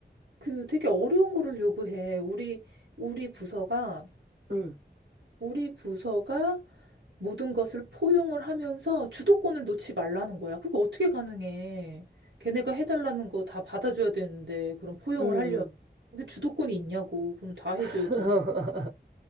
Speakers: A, on the right; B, on the right.
A: 그 되게 어려운 거를 요구해. 우리, 우리 부서가,
B: 응,
A: 우리 부서가 모든 것을 포용을 하면서 주도권을 놓지 말라는 거야. 그게 어떻게 가능해? 걔네가 해달라는 거 다 받아줘야 되는데, 그럼 포용을
B: 응.
A: 하려면. 그게 주도권이 있냐고. 그럼 다 해줘야
B: <laughs>
A: 지